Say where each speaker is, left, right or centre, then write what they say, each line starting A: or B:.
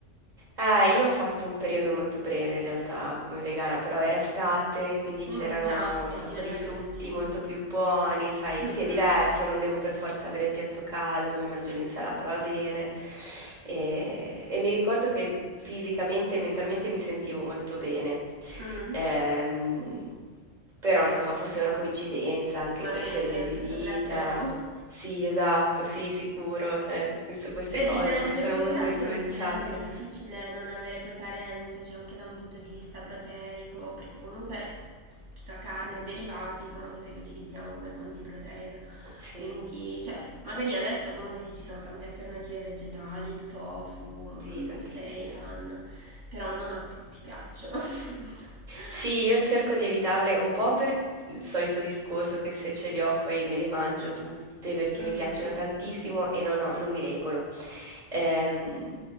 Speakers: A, on the right (about 35°); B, on the right (about 75°).
A: Eh, io ho fatto un periodo molto breve in realtà come vegana, però era estate, quindi c'erano
B: Mm, già, è
A: un sacco
B: diverso,
A: di frutti
B: sì.
A: molto più buoni, sai,
B: Mhm.
A: sì, è diverso, non devo per forza avere il piatto caldo, mi mangio l'insalata, va bene. E, e mi ricordo che fisicamente e mentalmente mi sentivo molto bene.
B: Mm.
A: Ehm, però non so, forse è una coincidenza anche
B: Magari
A: col periodo
B: anche effetto
A: di vita.
B: placebo.
A: Sì, esatto, sì, sicuro, cioè, su queste
B: E
A: cose
B: dipen-
A: poi
B: per-
A: sono
B: più
A: molto
B: che altro
A: influenzabile.
B: diventa difficile non avere poi carenze, cioè anche da un punto di vista proteico, perché comunque tutta carne e derivati sono cose che utilizziamo come fonti proteiche.
A: Sì,
B: Quindi, cioè, magari adesso comunque sì, ci sono tante alternative vegetali, il tofu, mm,
A: sì, tantissime.
B: il seitan, però non a tutti piacciono. <laughs>
A: Sì, io cerco di evitarle un po' per il solito discorso che se ce li ho poi me le mangio tutte perché
B: Mhm.
A: mi piacciono tantissimo e non ho- non mi regolo. Ehm,